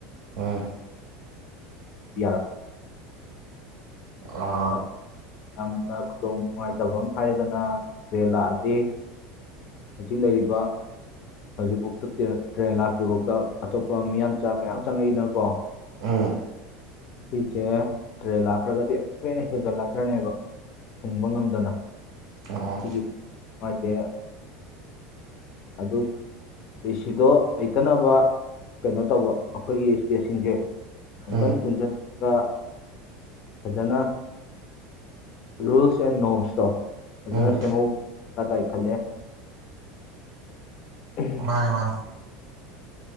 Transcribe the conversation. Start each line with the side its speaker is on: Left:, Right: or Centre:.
Right: ꯎꯝ
Left: <unintelligible>
Right: ꯑꯥ
Left: ꯑꯗꯨ ꯌꯥꯝꯅ ꯈꯨꯗꯣꯡ ꯅꯨꯡꯉꯥꯏꯇꯕ ꯑꯃ ꯍꯥꯏꯔꯒꯅ ꯇ꯭ꯔꯦꯟ ꯂꯥꯛꯑꯗꯤ ꯍꯧꯖꯤꯛ ꯂꯩꯔꯤꯕ ꯍꯧꯖꯤꯛꯐꯥꯎꯗ ꯇ꯭ꯔꯦꯟ ꯂꯥꯛꯇ꯭ꯔꯤꯐꯥꯎꯗ ꯑꯇꯣꯞꯄ ꯃꯤꯌꯥꯟꯆꯥ ꯃꯌꯥꯝ ꯆꯪꯉꯛꯏꯗꯅꯀꯣ
Right: ꯑꯝ
Left: ꯁꯤꯁꯦ ꯇ꯭ꯔꯦꯜ ꯂꯥꯛꯈ꯭ꯔꯒꯗꯤ ꯑꯃꯨꯛꯀ ꯍꯦꯟꯅ ꯍꯦꯟꯒꯠꯂꯛꯈ꯭ꯔꯅꯦꯕ ꯊꯨꯡꯕ ꯉꯝꯗꯅ
Right: ꯑꯣ
Left: ꯁꯤꯒꯤ ꯅꯨꯡꯉꯥꯏꯇꯦ ꯑꯗꯨ ꯗꯤꯁꯤꯗꯣ ꯂꯩꯇꯅꯕ ꯀꯩꯅꯣ ꯇꯧꯕ ꯑꯈꯣꯏꯒꯤ ꯁ꯭ꯇꯦꯠꯁꯤꯡꯁꯦ ꯑꯃꯨꯛꯇꯪ
Right: ꯎꯝ
Left: ꯆꯨꯝꯁꯤꯜꯂꯒ ꯐꯖꯅ ꯔꯨꯜꯁ ꯑꯦꯟ ꯅꯣꯔꯝꯁꯇꯣ ꯐꯖꯅ
Right: ꯎꯝ
Left: ꯁꯦꯝꯍꯧ ꯗꯔꯀꯥꯔ ꯇꯥꯏ ꯈꯜꯂꯦ <inaudible> ꯎꯝ
Right: ꯃꯥꯅꯦ ꯃꯥꯅꯦ